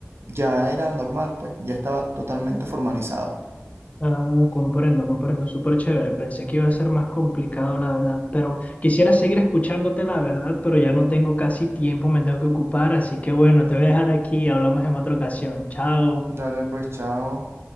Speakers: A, on the right (about 65°); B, on the left (about 30°).
A: ya era normal, pues ya estaba totalmente formalizado.
B: Ah, comprendo, comprendo, súper chévere. Pensé que iba a ser más complicado, la verdad, pero quisiera seguir escuchándote, la verdad, pero ya no tengo casi tiempo, me tengo que ocupar, así que bueno, te voy a dejar aquí, hablamos en otra ocasión. Chao.
A: Dale, pues chao.